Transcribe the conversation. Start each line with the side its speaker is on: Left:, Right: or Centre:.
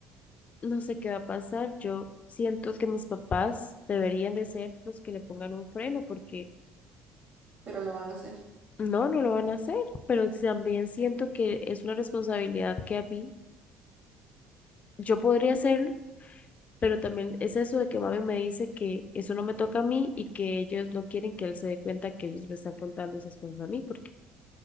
Left: no sé qué va a pasar. Yo siento que mis papás deberían de ser los que le pongan un freno, porque
Right: Pero lo van a hacer.
Left: no, no lo van a hacer, pero también siento que es una responsabilidad que a mí, yo podría hacerlo, pero también es eso de que mami me dice que eso no me toca a mí y que ellos no quieren que él se dé cuenta que ellos me están contando esas cosas a mí, porque...